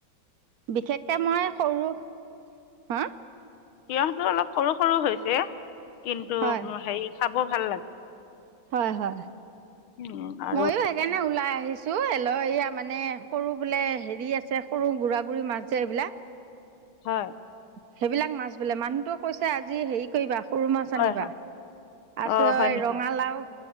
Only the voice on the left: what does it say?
তিয়হটো অলপ সৰু সৰু হৈছে কিন্তু
হেৰি খাব ভাল লাগে।
উম, আৰু
হয়।
হয়
হয়
অঁ হয় নেকি